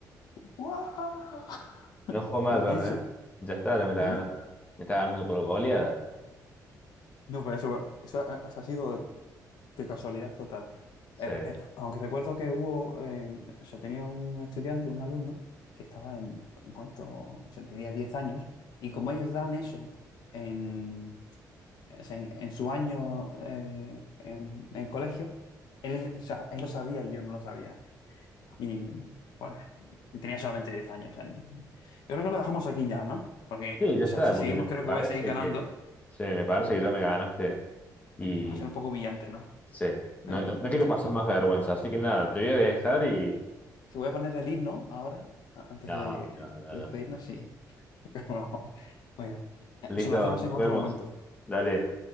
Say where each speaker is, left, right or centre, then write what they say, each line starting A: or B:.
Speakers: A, on the left (about 80°); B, on the left (about 20°).
A: ¡Guau!
B: No juego más
A: Bueno,
B: yo,
A: eso.
B: ¿eh? Ya está, ya me está
A: ¿Cómo?
B: ganando. Me está ganando por goleada.
A: No, pero eso, eso ha, ha sido de casualidad total.
B: Sí,
A: Eh, eh, aunque recuerdo que hubo, eh, o sea, tenía un estudiante, un alumno, que estaba en, ¿en ¿cuánto? O sea, tenía 10 años, y como ellos dan eso en o sea, en, en su año eh, en el colegio, él, o sea, él lo sabía y yo no lo sabía. Y bueno, yo tenía solamente 10 años. o sea, yo creo que lo dejamos aquí ya, ¿no? Porque,
B: Sí, ya
A: o
B: está,
A: sea, si
B: porque
A: seguimos,
B: me, me
A: creo que
B: parece
A: voy a seguir ganando
B: que... Sí, me parece que ya me ganaste y...
A: y va a ser un poco brillante, ¿no?
B: Sí, no,
A: Eh,
B: no, no
A: sinceramente.
B: quiero pasar más vergüenza, así que nada, te voy a dejar y...
A: si voy a poner el himno ahora, a- antes
B: No,
A: de, de
B: no, no,
A: despedirnos,
B: no.
A: sí. <laughs> Bueno, venga,
B: Listo,
A: eso lo hacemos
B: nos
A: en otro
B: vemos.
A: momento.
B: Dale.